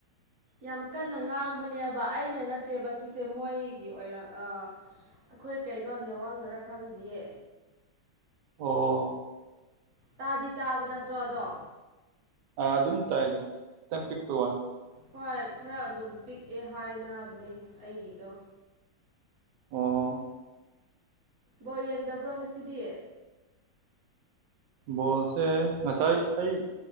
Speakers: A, on the right; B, on the right.
A: ꯌꯥꯝ ꯀꯟꯅ ꯉꯥꯡꯕꯅꯦꯕ ꯑꯩꯅ ꯅꯠ <unintelligible> ꯁꯤꯁꯦ ꯃꯣꯏꯒꯤ ꯑꯣꯏꯔꯝ ꯑ ꯑꯩꯈꯣꯏ ꯀꯩꯅꯣ ꯅꯦꯋꯥꯡꯅꯔ ꯈꯪꯗꯤꯌꯦ
B: ꯑꯣ
A: ꯇꯥꯗꯤ ꯇꯥꯕ ꯅꯠꯇ꯭ꯔꯣ ꯑꯗꯣ
B: ꯑ ꯑꯗꯨꯝ ꯇꯥꯏꯗ ꯈꯤꯇꯪ ꯄꯤꯛꯄ ꯋꯥꯅꯤ
A: ꯍꯣꯏ ꯈꯔ ꯑꯗꯨꯝ ꯄꯤꯛꯑꯦ ꯍꯥꯏꯅꯕꯅꯦ ꯑꯩꯒꯤꯗꯣ
B: ꯑꯣ
A: ꯕꯣꯜ ꯌꯦꯡꯗꯕ꯭ꯔꯣ ꯉꯁꯤꯗꯤ
B: ꯕꯣꯜꯁꯦ ꯉꯁꯥꯏ ꯑꯩ